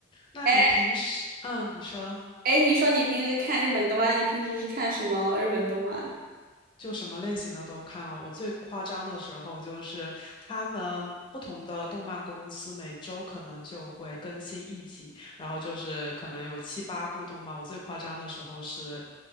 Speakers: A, on the left; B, on the right.
A: 那你平时，
B: 哎
A: 嗯，你说。
B: 哎，你说你平时看日本动漫，那你平时是看什么日本动漫？
A: 就什么类型的都看哦。我最夸张的时候就是他们不同的动漫公司每周可能就会更新一集，然后就是可能有七八部动漫。我最夸张的时候是